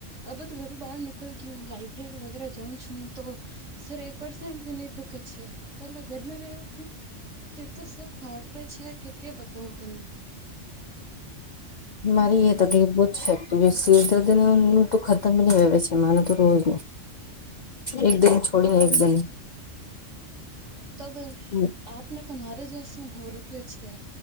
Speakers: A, on the right; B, on the left.
A: અબ તો ઘરૂ બહાર નીકળ ગઈ, હું લાાઈબ્રેરી વગેરે જાઉં છું, તો સર એક પરસેન્ટ બી ની દુખે છે, પેલા ઘર મેં રેયો તો સર ફા દુખે છે કે, કે બતાવ તને.
B: મારી એ તકલીફ બહુ જ છે, સિરદર્દ તો ખતમ નહી વેવે છે, માને તો રોજ. એક દિન છોડી
A: હા
B: ને, એક દિન.
A: તો બોલ.
B: હમ્મ.
A: આપને તો મારે જેશું હો રક્યું છે.